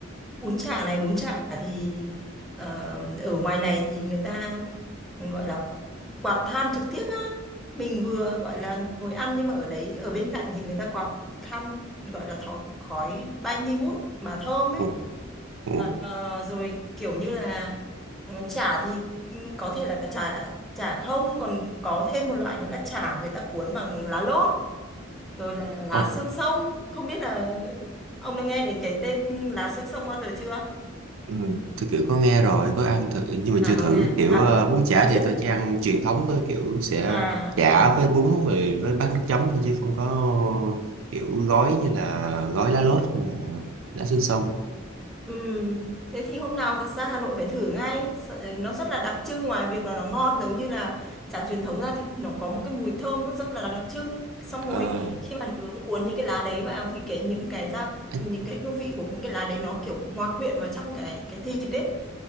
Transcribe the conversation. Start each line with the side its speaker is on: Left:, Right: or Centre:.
Centre: bún chả này bún chả thì ờ, ở ngoài này thì người ta gọi là quạt than trực tiếp á mình vừa gọi là ngồi ăn nhưng mà ở đấy ở bên cạnh thì người ta quạt than gọi là thó, khói bay nghi ngút mà thơm
Right: ồ
Centre: ấy
Right: ồ
Centre: Ờ, rồi kiểu như là ừ, chả thì ừ, có thể là chả chả không còn có thêm một loại nữa là chả người ta cuốn bằng lá lốt rồi là lá
Right: ồ
Centre: xương sông không biết là ông đã nghe đến cái tên lá xương sông bao giờ chưa
Right: ừ, tôi kiểu có nghe rồi có ăn thử nhưng mà
Centre: À
Right: chưa thử
Centre: có nghe,
Right: kiểu
Centre: à
Right: ờ,
Centre: có,
Right: bún chả
Centre: à
Right: thì
Centre: chưa thử.
Right: tôi chỉ ăn truyền thống thôi kiểu sẽ
Centre: À,
Right: chả với bún rồi với bát nước chấm thôi chứ không có kiểu gói như là gói lá lốt hay là lá xương sông
Centre: ừm, thế thì hôm nào ra Hà Nội phải thử ngay. Sợ- Nó rất là đặc trưng ngoài việc là nó ngon giống như là chả truyền thống ra thì nó có một cái mùi thơm rất, rất là đặc trưng. Xong
Right: ờ
Centre: rồi khi mà nướng cuốn những cái lá đấy vào thì cái những cái ra
Right: ấy,
Centre: những cái hương vị của những cái lá đấy nó kiểu hòa quyện vào trong cái cái thịt đấy.